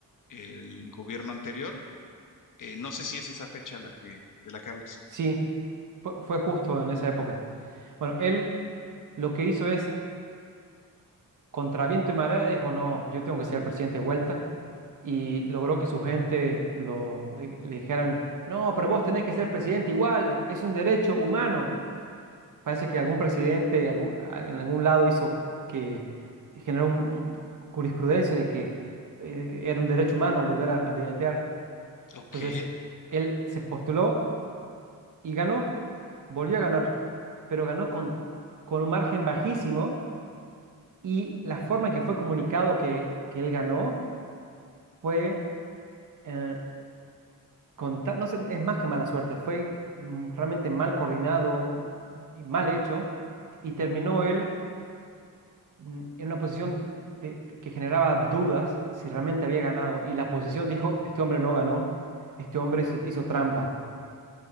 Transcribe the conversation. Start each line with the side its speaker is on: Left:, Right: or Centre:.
Left: el gobierno anterior. Eh, no sé si es esa fecha la que, de la que hablas.
Right: Sí, fue, fue justo en esa época. Bueno, él lo que hizo es, contra viento y marea, dijo, no, yo tengo que ser presidente de vuelta. Y logró que su gente lo, le, le dijeran, no, pero vos tenés que ser presidente igual, es un derecho humano. Parece que algún presidente algún- en algún lado hizo que generó un- un jurisprudencia de que eh, era un derecho humano volver a candidatear.
Left: Ok,
Right: Entonces, él se postuló y ganó, volvió a ganar, pero ganó con, con un margen bajísimo y la forma en que fue comunicado que, que él ganó fue, eh, con ta- no sé, es más que mala suerte, fue mm, realmente mal coordinado y mal hecho y terminó él mm, en una posición de- que generaba dudas si realmente había ganado y la posición dijo, este hombre no ganó, este hombre hizo hizo trampa,